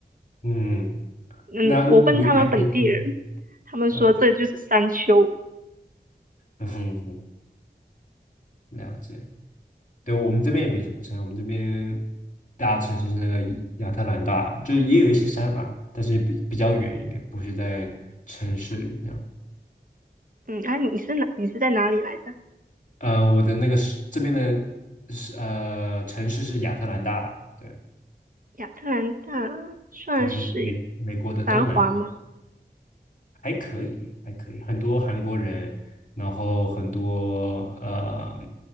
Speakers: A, on the left; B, on the right.
A: 嗯，
B: 嗯，
A: 那那离海边近，
B: 我问他们本地人，他们说这就是山丘。
A: 嗯嗯哼哼了解。对，我们这边也没什么山，我们这边大城市是那个亚特兰大，就是也有一些山啊，但是比比较远一点，不是在城市里那样。
B: 嗯，哎、啊，你是哪？你是在哪里来着？
A: 呃，我的那个是这边的是呃城市是亚特兰大，对，
B: 亚特兰大算是
A: 在美美国的东南。
B: 繁华吗？
A: 还可以，还可以，很多韩国人，然后很多呃